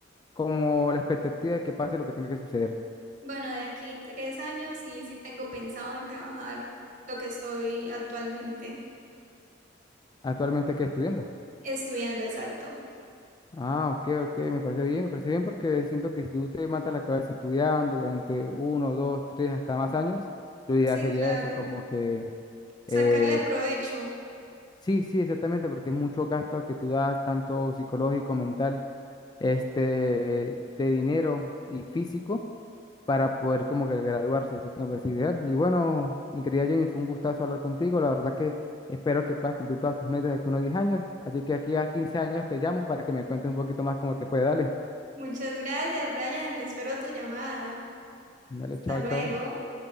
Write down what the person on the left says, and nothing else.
como la expectativa de que pase lo que tenga que suceder.
Actualmente, ¿qué estudiando?
Ah, ok, ok, me parece bien, me parece bien porque siento que si tú te matas la cabeza estudiando durante uno, dos, tres, hasta más años, lo ideal
sería
eso, como que
eh,
sí, sí, exactamente, porque es mucho gasto que tú das, tanto psicológico, mental, este, de dinero y físico para poder como que graduarse, así que me parece ideal. Y bueno, mi querida Jenny, fue un gustazo hablar contigo, la verdad que espero que puedas cumplir todas tus metas de aquí a unos 10 años, así que aquí a 15 años te llamo para que me cuentes un poquito más cómo te fue, dale,
dale,
chao,
chao.